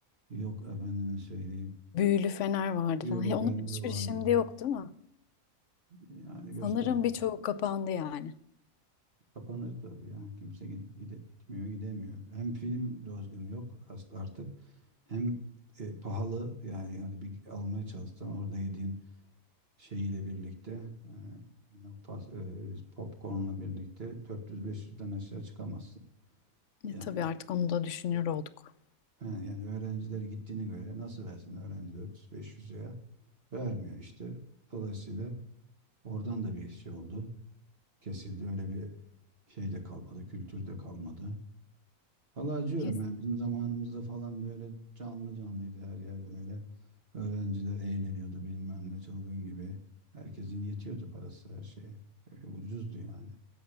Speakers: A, on the right; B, on the left.
A: Yok efendime söyleyeyim.
B: Büyülü fener vardı
A: Buyurun
B: falan. Ya
A: efendime
B: Onun hiçbir
A: vardı.
B: şimdi yok değil mi?
A: Yani
B: Sanırım
A: göster.
B: birçoğu kapandı yani.
A: Kapanır tabii ya. Kimse gid- gide- gitmiyor, gidemiyor. Hem film dozgun yok aslında artık. Hem e, pahalı yani hadi bir almaya çalışsan orada yediğin şeyiyle birlikte e, ya pas, e, popcornla birlikte 400-500'den aşağı çıkamazsın.
B: E,
A: Yani
B: tabii artık onu da düşünür olduk.
A: He, yani öğrenciler gittiğine göre nasıl versin öğrenci 400-500 liraya vermiyor işte. Dolayısıyla oradan da bir şey oldu. Kesildi. Öyle bir şey de kalmadı. Kültür de kalmadı. Valla acıyorum
B: Kes-
A: yani bizim zamanımızda falan böyle canlı canlıydı her yer böyle. Öğrenciler eğleniyordu bilmem ne çılgın gibi. Herkesin yetiyordu parası her şeye. E, ucuzdu yani.